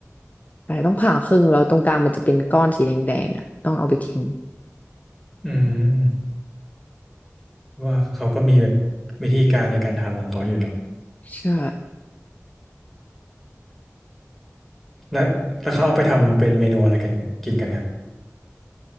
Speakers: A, on the left (about 30°); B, in the centre.
A: ใช่ต้องผ่าครึ่งแล้วตรงกลางมันจะเป็นก้อนสีแดงๆอ่ะต้องเอาไปทิ้ง
B: อืมว่าเขาก็มีแบบวิธีการในการทำของเขาอยู่เนาะ
A: ใช่
B: แล้วแล้วเขาเอาไปทำเป็นเมนูอะไรกันกินกันครับ